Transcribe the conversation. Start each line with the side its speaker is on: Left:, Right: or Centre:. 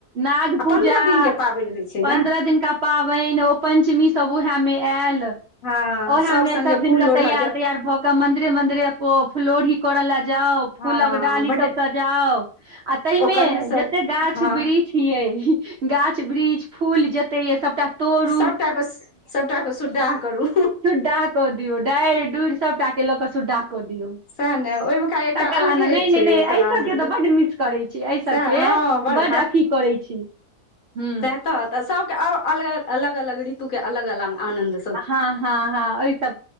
Right: नाग
Left: आ
Right: पूजा
Left: पन्द्रह दिन के पाबनि होइ छै
Right: पन्द्रह
Left: ने
Right: दिन का पाबनि ओ पंचमी सब उएहे में आयल
Left: हँ
Right: ओहे मे
Left: संगे
Right: सब दिन
Left: फूल
Right: के
Left: लोढ़ऽ
Right: तैयार
Left: जाउ
Right: भऽ कऽ मंदरे मंरे फ्लोर ही करऽ लए जाउ फूलक
Left: हँ
Right: डाली
Left: बड्ड
Right: सब सजाउ आ तहि मे
Left: ओकर सँ
Right: जते गाछ
Left: हँ
Right: वृक्ष ये गाछ वृक्ष फूल जते य सबटा तोड़
Left: सबटा के सबटा के सुद्दाह करू
Right: सु्डा कऽ दियऔ डारि डढ़ि सबटा के लऽ कऽ सुुड्डाह कऽ दियऔ
Left: सएह ने ओहिमे का एकटा
Right: तकर
Left: अलगे
Right: बाद ने नहि नहि
Left: छै
Right: नहि
Left: ओकर
Right: एहि सभके
Left: आनन्द
Right: तऽ बड्ड मिस करैत छी एहि सभके
Left: सएह हँ बड़
Right: बड अ की करै छी ह
Left: त त सब के अलग अलग अलग ऋतु के अलग अलग आनंद
Right: हँ हँ हँ ओहि सब